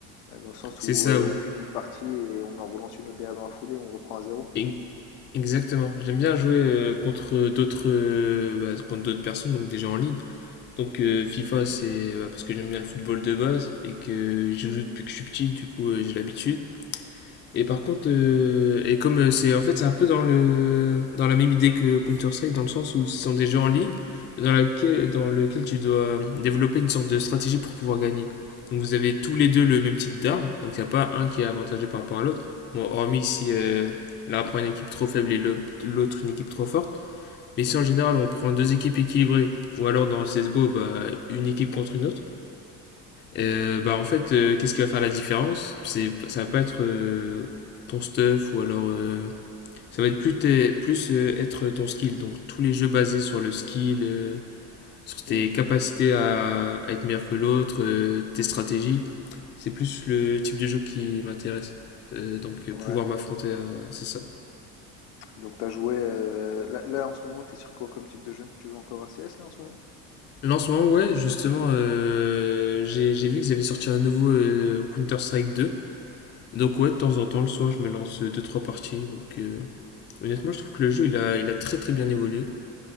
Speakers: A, on the left; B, on the left.
A: euh, dans le sens
B: C'est
A: où
B: ça,
A: euh,
B: oui.
A: on finit une partie et on en relance une autre derrière dans la foulée, on reprend à zéro.
B: E- exactement. J'aime bien jouer euh, contre d'autres euh, bah, contre d'autres personnes, donc déjà en ligne. Donc euh, FIFA, c'est bah, parce que j'aime bien le football de base et que j'y joue depuis que je suis petit, du coup euh, j'ai l'habitude. Et par contre, euh, et comme euh, c'est en fait c'est un peu dans le dans la même idée que Counter Strike dans le sens où ce sont des jeux en ligne, mais dans laquelle dans lequel tu dois développer une sorte de stratégie pour pouvoir gagner. Donc vous avez tous les deux le même type d'armes, donc il n'y a pas un qui est avantagé par rapport à l'autre. Bon, hormis si euh, l'un prend une équipe trop faible et le- l'autre une équipe trop forte. Mais si en général on prend deux équipes équilibrées, ou alors dans CSGO, bah, une équipe contre une autre, euh, bah en fait, euh, qu'est-ce qui va faire la différence? C'est, ça va pas être euh, ton stuff ou alors euh, ça va être plus, tes- plus euh, être ton skill. Donc tous les jeux basés sur le skill, euh, sur tes
A: Hmm,
B: capacités à, à être meilleur que l'autre, euh, tes stratégies, c'est plus le type de jeu qui m'intéresse. Euh, donc euh,
A: ouais.
B: pouvoir m'affronter, à- c'est ça.
A: Donc, t'as joué, euh, là, là, en ce moment, t'es sur quoi comme type de jeu? Tu joues encore à C S là, en ce moment?
B: Là en ce moment, ouais, justement, euh, j'ai, j'ai vu qu'ils avaient sorti un nouveau euh, Counter-Strike deux Donc ouais, de temps en temps, le soir, je me lance deux trois parties. Donc euh, Honnêtement, je trouve que le jeu, il a, il a très très bien évolué